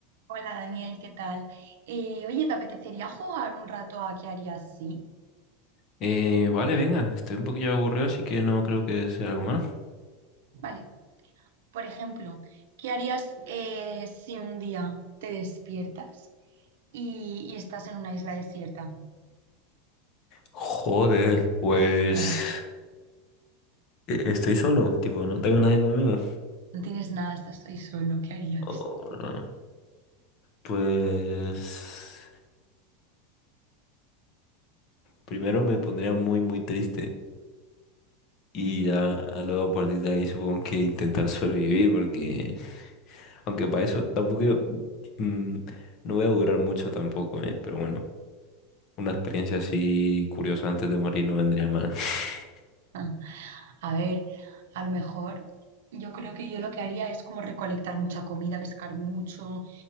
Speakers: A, on the right; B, on the left.
A: Hola Daniel, ¿qué tal? Eh, oye, ¿te apetecería jugar un rato a qué harías sí?
B: Eh, vale, venga, estoy un poquillo aburrido, así que no creo que sea algo malo.
A: Vale, por ejemplo, ¿qué harías eh, si un día te despiertas y, y estás en una isla desierta?
B: Joder, pues
A: <laughs>
B: e- estoy solo, tipo, no tengo nadie conmigo.
A: No tienes nada, estás ahí solo, ¿qué harías?
B: Oh, no. Pues primero me pondría muy, muy triste y
A: Mm,
B: ya luego a partir de ahí supongo que intentar sobrevivir, porque aunque para eso tampoco yo- mm, no voy a durar mucho tampoco, eh, pero bueno, una experiencia así curiosa antes de morir no vendría mal. <laughs>
A: Ah, A ver, a lo mejor yo creo que yo lo que haría es como recolectar mucha comida, pescar mucho,